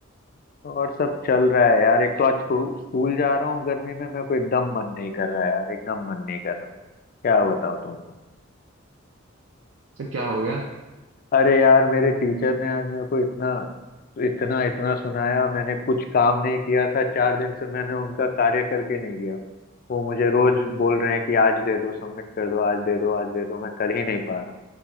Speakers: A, on the left; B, on the right.
A: और सब चल रहा है यार एक तो आज स्कू- स्कूल जा रहा हूँ गर्मी में मेरे को एकदम मन नहीं कर रहा है यार एकदम मन नहीं कर रहा क्या बताऊँ तुम
B: तो क्या हो गया
A: अरे यार मेरे टीचर ने आज मेरे को इतना इतना इतना सुनाया मैंने कुछ काम नहीं किया था चार दिन से मैंने उनका कार्य करके नहीं गया वो मुझे रोज बोल रहे हैं कि आज दे दो सबमिट कर दो आज दे दो आज दे दो मैं कर ही नहीं पा रहा हूँ